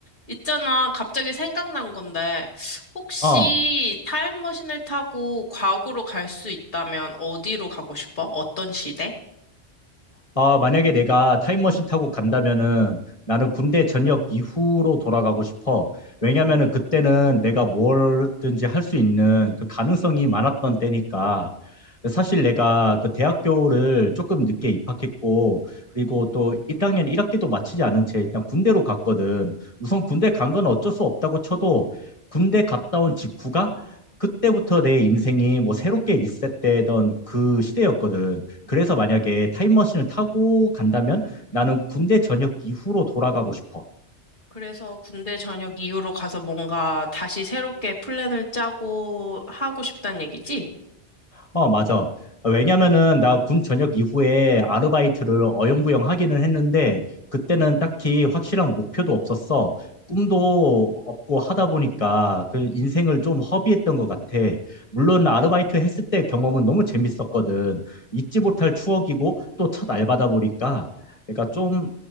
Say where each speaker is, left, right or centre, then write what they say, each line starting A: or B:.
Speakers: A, on the left (about 45°); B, on the left (about 30°).
A: 있잖아, 갑자기 생각난 건데, 혹시
B: 어,
A: 타임머신을 타고 과거로 갈 수 있다면 어디로 가고 싶어? 어떤 시대?
B: 어, 만약에 내가 타임머신 타고 간다면은 나는 군대 전역 이후로 돌아가고 싶어. 왜냐면은 그때는 내가 뭐든지 할 수 있는 그 가능성이 많았던 때니까. 사실 내가 그 대학교를 조금 늦게 입학했고, 그리고 또 1학년 1학기도 마치지 않은 채 일단 군대로 갔거든. 우선 군대 간 건 어쩔 수 없다고 쳐도 군대 갔다 온 직후가 그때부터 내 인생이 뭐 새롭게 리셋되던 그 시대였거든. 그래서 만약에 타임머신을 타고 간다면 나는 군대 전역 이후로 돌아가고 싶어.
A: 그래서 군대 전역 이후로 가서 뭔가 다시 새롭게 플랜을 짜고 하고 싶단 얘기지?
B: 어, 맞아. 왜냐면은 나 군 전역 이후에 아르바이트를 어영부영 하기는 했는데 그때는 딱히 확실한 목표도 없었어. 꿈도 없고 하다 보니까 그 인생을 좀 허비했던 것 같아. 물론 아르바이트 했을 때 경험은 너무 재밌었거든. 잊지 못할 추억이고 또 첫 알바다 보니까 그러니까 좀